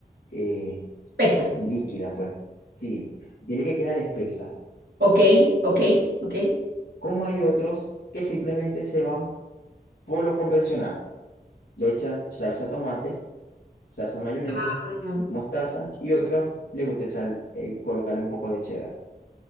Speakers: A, on the left (about 70°); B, on the right (about 75°).
A: eh,
B: espesa.
A: Líquida, pues. Sí, tiene que quedar espesa.
B: Ok, ok, ok.
A: Como hay otros que simplemente se van por lo convencional. Le echan salsa tomate, salsa mayonesa,
B: Ah,
A: mostaza y otros le gusta echar, eh, colocarle un poco de cheddar.